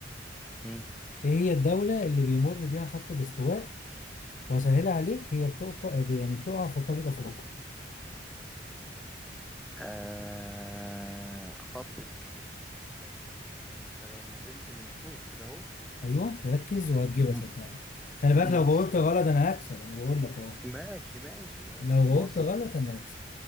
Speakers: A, in the centre; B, on the left.
A: مم.
B: ايه هي الدولة اللي بيمر بيها خط الاستواء وسهلة عليك هي بتقع يعني بتقع في قارة افريقيا
A: آه خط الاستواء طيب أنت لو نزلت من فوق كده أهو
B: ايوه ركز وهتجيبها
A: م-
B: صدقني خلي بالك لو
A: مصر
B: جاوبت غلط انا هكسب انا بقول لك اهو
A: ماشي ماشي ماشي
B: لو جاوبت
A: مصر
B: غلط انا هكسب